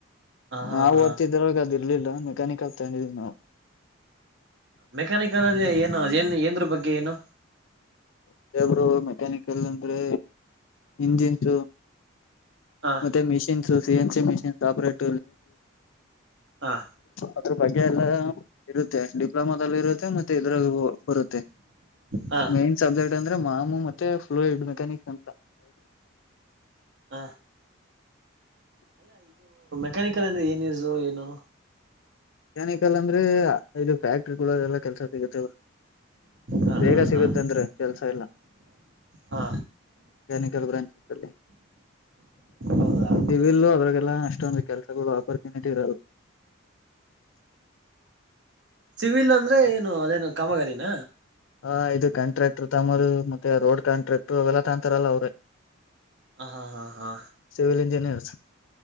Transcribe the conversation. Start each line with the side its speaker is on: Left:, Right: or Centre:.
Right: ಹಾ
Left: ನಾವು
Right: ಹಾ ಹಾ
Left: ಓದತಿದ್ರಾಗ ಅದು ಇರ್ಲಿಲ್ಲ ಮೆಕ್ಯಾನಿಕ್ ತಗೊಂಡಿದೀವಿ ನಾವು
Right: ಮೆಕ್ಯಾನಿಕಲ್ಲ್ಲ ಏನು ಏನ್ದ್ರ ಬಗ್ಗೆ ಏನು
Left: ಅದೇ ಬ್ರೋ ಮೆಕ್ಯಾನಿಕಲ್ ಅಂದ್ರೆ ಇಂಜಿನ್ ತ್ರು
Right: ಹ
Left: ಮತ್ತೆ machines C N C machines ಆಪರೇಟ.
Right: ಹ
Left: ಅದ್ರ ಬಗ್ಗೆ ಎಲ್ಲ ಇರುತ್ತೆ ಡಿಪ್ಲೊಮಾದಲ್ಲಿ ಇರುತ್ತೆ ಮತ್ತೆ. ಇದ್ರಾಗು ಬರುತ್ತೆ
Right: ಹ
Left: ಮೈನ್ ಸಬ್ಜೆಕ್ಟ್. ಅಂದ್ರೆ ಮಾಮು ಮತ್ತೆ ಫ್ಲೋಯಡ್ ಮೆಕ್ಯಾನಿಕ್ಸ್ ಅಂತ.
Right: ಹಾ. ಮೆಕ್ಯಾನಿಕಲ್ ಅಂದ್ರೆ ಏನ್ ಯೂಸು ಏನು.
Left: ಮೆಕ್ಯಾನಿಕಲ್ ಅಂದ್ರೆ ಇದು ಫ್ಯಾಕ್ಟ್ರಿಗಳ ಎಲ್ಲಾ ಕೆಲ್ಸ ಸಿಗತ್ತ ಅವರು.
Right: ಹ
Left: ಬೇಗ
Right: ಹಾ
Left: ಸಿಗುತ್ತೆಂದ್ರೆ
Right: ಹಾ
Left: ಕೆಲ್ಸ ಎಲ್ಲ
Right: ಹಾ
Left: ಮೆಕ್ಯಾನಿಕಲ್ ಬ್ರಾಂಚ್ ಅಲ್ಲಿ
Right: ಹೌದಾ
Left: ಈ ಸಿವಿಲ್ಲು ಅದರಾಗೆಲ್ಲ ಅಷ್ಟೊಂದು ಕೆಲಸಗಳು ಆಪರ್ಚುನಿಟಿ ಇರಲ್ಲ.
Right: ಸಿವಿಲ್ ಅಂದ್ರೆ ಏನು ಅದೇನು ಕಾಮಗಾರಿನ.
Left: ಹ ಇದು ಕಾಂಟ್ರಾಕ್ಟ್ರ್ ತಮರು ಮತ್ತೆ ರೋಡ್ ಕಾಂಟ್ರಾಕ್ಟ್ರ್ ಅವೆಲ್ಲಾ ತಂತರಲ್ಲ ಅವ್ರೆ.
Right: ಹ ಹಾ ಹಾ ಹಾ
Left: ಸಿವಲ್ ಇಂಜಿನಿಯರ್ಸ್.